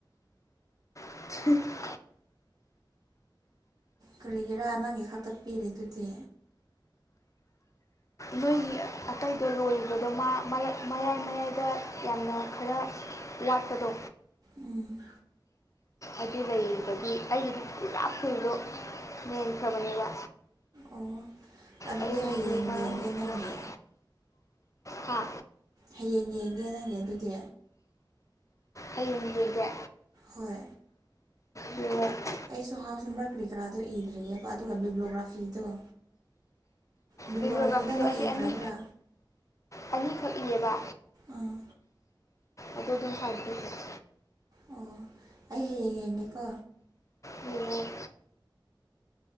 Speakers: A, on the left (about 40°); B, on the right (about 45°).
A: <inaudible>
B: ꯀꯔꯤꯒꯤꯔꯥ ꯅꯪꯒꯤ ꯈꯥꯛꯇ ꯄꯤꯔꯤꯗꯨꯗꯤ
A: ꯅꯣꯏꯒꯤ ꯑꯇꯩꯗꯣ ꯂꯣꯏꯕꯗꯣ ꯃꯥ ꯃꯌꯥꯏ ꯃꯌꯥꯏꯗ ꯌꯥꯝꯅ ꯈꯔ ꯂꯥꯛꯄꯗꯣ
B: ꯎꯝ
A: ꯑꯗꯨ ꯂꯩꯔꯤꯕꯒꯤ ꯑꯩꯒꯤꯗꯤ ꯄꯨꯔꯥ ꯐꯨꯜꯗꯣ ꯃꯦꯟꯈ꯭ꯔꯕꯅꯦꯕ
B: ꯑꯣ ꯑꯗꯨꯗꯤ
A: ꯑꯩ ꯅꯣꯏꯒꯤ
B: ꯍꯌꯦꯡ
A: ꯃꯔꯛ
B: ꯌꯦꯡꯒꯦ ꯅꯪꯒꯤ
A: ꯃꯔꯛꯇ ꯍꯥ
B: ꯍꯌꯦꯡ ꯌꯦꯡꯒꯦ ꯅꯪꯒꯤ ꯑꯗꯨꯗꯤ
A: ꯍꯌꯦꯡ ꯌꯦꯡꯒꯦ
B: ꯍꯣꯏ
A: ꯍꯦꯡꯉꫭ
B: ꯑꯩꯁꯨ ꯍꯥꯎꯁ ꯅꯝꯕꯔ ꯀ꯭ꯔꯤꯀꯔꯥꯗꯣ ꯏꯗ꯭ꯔꯤꯑꯦꯕ ꯑꯗꯨꯒ ꯚꯦꯕꯂꯣꯒ꯭ꯔꯥꯐꯤꯗꫭ ꯕꯤꯕꯂꯣꯒ꯭ꯔꯥꯐꯤꯗ
A: ꯕꯤꯕ꯭ꯂꯤꯌꯣꯒ꯭ꯔꯥꯐꯤꯗꯣ
B: ꯅꯪ
A: ꯑꯩꯗꯤ
B: ꯏꯈ꯭ꯔꯕ꯭ꯔꯥ
A: ꯑꯅꯤ ꯑꯅꯤꯈꯛ ꯏꯌꯦꯕ
B: ꯑꯥ
A: ꯑꯗꯨ ꯑꯗꯨꯝ ꯁꯥꯏꯟ ꯄꯤꯈꯔꯦ
B: ꯑꯣ ꯑꯩ ꯍꯌꯦꯡ ꯍꯦꯡꯒꯦꯀꯣ
A: ꯍꯦꯡꯉꫭ